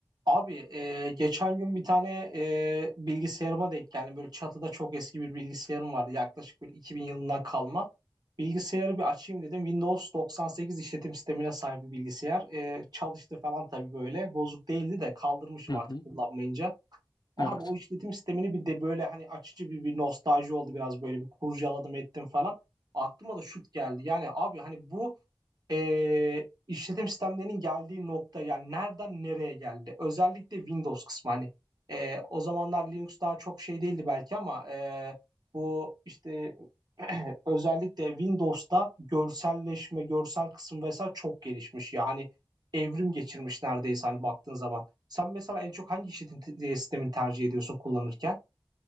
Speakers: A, on the right (about 50°); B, on the left (about 55°).
A: Abi e, geçen gün bir tane e, bilgisayarıma denk geldim. Böyle çatıda çok eski bir bilgisayarım vardı. Yaklaşık böyle 2000 yılından kalma. Bilgisayarı bir açayım dedim. Windows 98 işletim sistemine sahip bir bilgisayar. E, çalıştı falan tabii böyle. Bozuk değildi de kaldırmışım
B: Hı hı.
A: artık kullanmayınca. Abi
B: Evet.
A: o işletim sistemini bir de böyle hani açıcı bir, bir nostalji oldu biraz böyle bir kurcaladım ettim falan. Aklıma da şut geldi. Yani abi hani bu eee, işletim sistemlerinin geldiği nokta yani nereden nereye geldi? Özellikle Windows kısmı hani eee, o zamanlar Linux daha çok şey değildi belki ama eee, bu işte <clears throat> özellikle Windows'ta görselleşme, görsel kısım vesaire çok gelişmiş. Yani evrim geçirmiş neredeyse hani baktığın zaman. Sen mesela en çok hangi işletim te- e, sistemini tercih ediyorsun kullanırken?